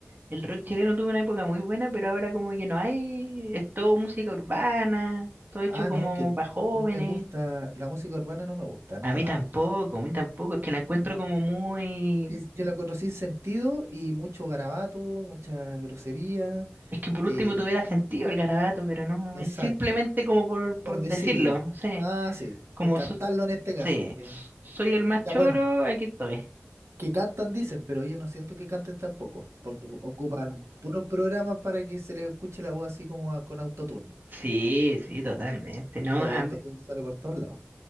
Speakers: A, on the right (about 45°); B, on the right (about 80°).
A: El rock chileno tuvo una época muy buena, pero ahora como que no hay, es todo música urbana, todo hecho
B: Ah,
A: como
B: no, que
A: para jóvenes.
B: no me gusta, la música urbana no me gusta nada.
A: A mí tampoco, a mí tampoco, es que la encuentro
B: No,
A: como muy...
B: Sí, yo la encuentro sin sentido y mucho garabato, mucha grosería.
A: Es que por
B: eh,
A: último tuviera sentido el garabato, pero no,
B: exacto,
A: es simplemente como por, por
B: por decirlo.
A: decirlo, sí,
B: Ah, sí,
A: como
B: por cantarlo
A: so-
B: en este caso,
A: sí,
B: porque
A: soy el más
B: ya
A: choro,
B: bueno,
A: aquí estoy.
B: que cantan dicen, pero yo no siento que canten tampoco, porque ocupan puros programas para que se les escuche la voz así como a- con autotune.
A: Sí, sí, totalmente, ¿no?
B: O sea,
A: A,
B: el autotune sale por todos lados.